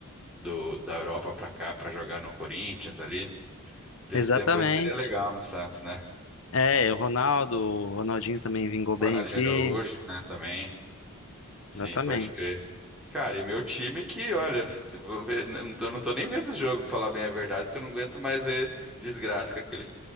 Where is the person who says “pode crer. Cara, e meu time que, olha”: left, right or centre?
Centre